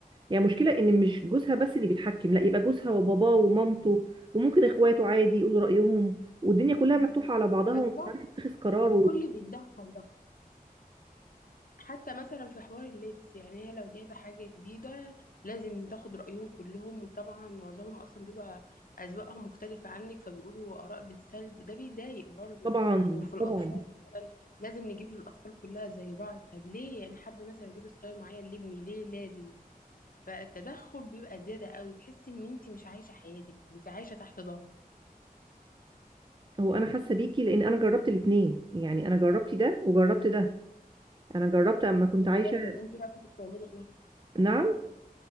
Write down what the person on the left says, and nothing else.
بالظبط
الكل بيتدخل بقى حتى مثلا في حوار اللبس يعني هي لو جايبه حاجه جديده لازم تاخد رايهم كلهم وطبعا معظمهم اصلا بيبقى اذواقهم مختلفه عنك فبيقولوا اراء بالسلب ده بيضايق برضو
وفي الاطفال
مثلا لازم نجيب للاطفال كلها زي بعض طب ليه انا حابه مثلا اجيب ستايل معين لابني ليه لازم فالتدخل بيبقى زياده قوي تحسي ان انت مش عايشه حياتك انت عايشه تحت ضغط
والله
طب انت بقى كنت بتعملي ايه